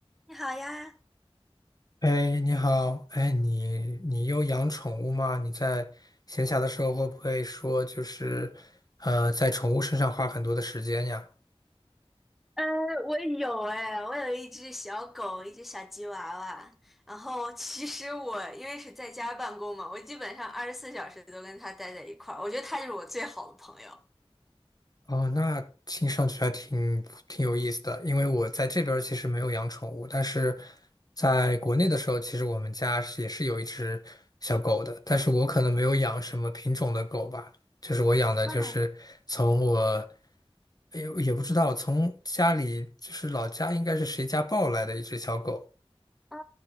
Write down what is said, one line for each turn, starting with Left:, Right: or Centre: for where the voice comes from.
Centre: 你好呀，
Left: 哎，你好，哎，你你有养宠物吗？你在闲暇的时候会不会说就是，呃，在宠物身上花很多的时间呀？
Centre: 呃，我有哎，我有一只小狗，一只小吉娃娃。然后其实我因为是在家办公嘛，我基本上二十四小时都跟它待在一块儿。我觉得它就是我最好的朋友。
Left: 哦，那听上去还挺挺有意思的，因为我在这边儿其实没有养宠物，但是在国内的时候，其实我们家是也是有一只小狗的，但是我可能没有养什么品种的狗吧，就是我养的就是从我
Centre: 啊
Left: 也也不知道从家里就是老家应该是谁家抱来的一只小狗，
Centre: 啊，